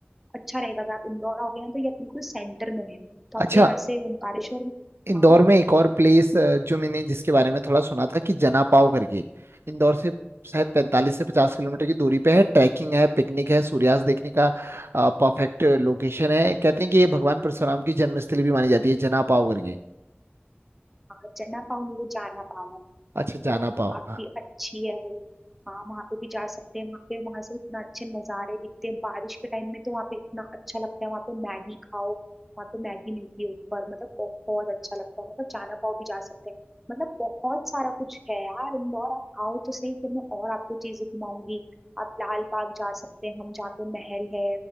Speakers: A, in the centre; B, on the right.
A: अच्छा रहेगा अगर आप इंदौर आओगे ना तो ये बिल्कुल सेंटर में है तो
B: अच्छा
A: आपको यहाँ से ओमकारेश्वर
B: इंदौर
A: हाँ
B: में एक और प्लेस जो मैंने जिसके बारे में थोड़ा सुना था कि जना पाव करके इंदौर से शायद 45 से 50 किलोमीटर की दूरी पे है ट्रैकिंग है पिकनिक है सूर्यास्त देखने का परफेक्ट लोकेशन है कहते हैं कि ये भगवान परशुराम की जन्मस्थली भी मानी जाती है जना पाव करके
A: हाँ चना पाव मुझे जाना पाव
B: अच्छा
A: मतलब
B: जाना पाओ
A: काफी
B: हाँ
A: अच्छी है वो हाँ वहां पे भी जा सकते हैं वहां पे वहां से इतना अच्छे नजारे दिखते हैं बारिश के टाइम में तो वहां पे इतना अच्छा लगता है वहां पे मैगी खाओ वहां पे मैगी मिलती है ऊपर मतलब बहुत अच्छा लगता है मतलब चाना पाव भी जा सकते हैं मतलब बहुत सारा कुछ है यार इंदौर आप आओ तो सही फिर मैं और आपको चीजें घुमाऊंगी आप लाल बाग जा सकते हैं हम जहाँ पे महल है